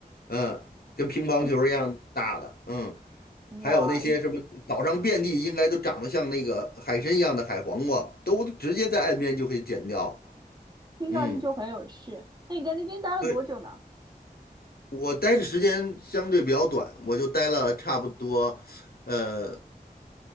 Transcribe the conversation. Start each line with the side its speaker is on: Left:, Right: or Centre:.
Left: 嗯，跟乒乓球一样大的，
Right: 你
Left: 嗯，还有那些什么岛上遍地应该都长得像那个海参一样的海黄瓜，
Right: 哇，一
Left: 都直接在岸边就可以捡掉。
Right: 听上去就很有趣。
Left: 嗯，
Right: 那你在那边待了多久呢？
Left: 对，我待的时间相对比较短，我就待了差不多，呃，